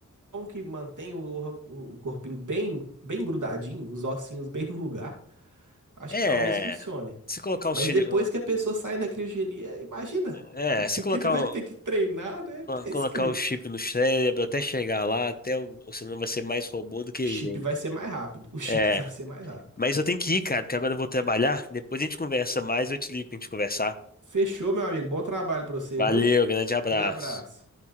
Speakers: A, on the right; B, on the left.
A: que mantém o, or- o corpinho bem, bem grudadinho, os ossinhos bem no lugar. Acho
B: é.
A: que talvez funcione.
B: Se colocar os.
A: Mas
B: filhos
A: depois que a pessoa sai da criogenia, imagina
B: é,
A: o que
B: se colocar.
A: que ele vai
B: Colo-
A: ter que treinar, né? <laughs> Tá
B: Colocar
A: escrito.
B: o chip no cérebro até chegar lá, até o, o cinema vai ser mais robô do que
A: O chip
B: gente.
A: vai ser mais rápido. O chip
B: É,
A: <laughs> vai ser mais rápido.
B: mas eu tenho que ir, cara, porque agora eu vou trabalhar. Depois a gente conversa mais, eu te ligo pra gente conversar.
A: Fechou, meu amigo. Bom trabalho pra você,
B: Valeu,
A: viu?
B: grande abraço.
A: Aquele abraço.